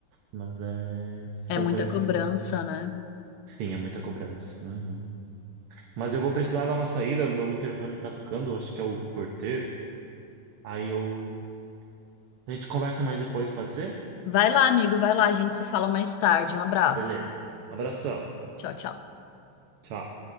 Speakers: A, on the right (about 85°); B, on the left (about 75°).
A: Mas é... são
B: É muita
A: coisas
B: cobrança,
A: assim. que-
B: né?
A: Sim, é muita cobrança. Uhum. Mas eu vou precisar dar uma saída, meu interfone tá tocando, acho que é o porteiro. Aí eu. A gente conversa mais depois, pode ser?
B: Vai lá, amigo, vai lá, a gente se fala mais tarde. Um abraço.
A: Beleza. Abração.
B: Tchau, tchau.
A: Tchau.